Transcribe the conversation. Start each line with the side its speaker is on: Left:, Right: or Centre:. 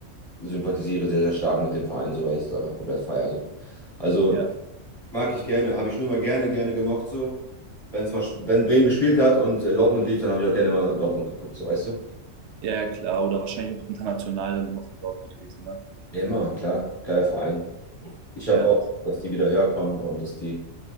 Left: sympathisiere sehr, sehr stark mit dem Verein, so weil ich das einfach komplett feiere. So. Also
Right: Ja,
Left: mag ich gerne, habe ich schon immer gerne, gerne gemocht so. Wenn's mal, wenn Bremen gespielt hat und äh, Dortmund lief, dann habe ich auch gerne mal Dortmund geguckt, so weißt du?
Right: ja, ja, klar. Oder wahrscheinlich auch international dann immer für Dortmund gewesen, ne?
Left: Ja, immer, klar, geiler Verein. Ich hoffe
Right: Ja.
Left: auch, dass die wieder höher kommen und dass die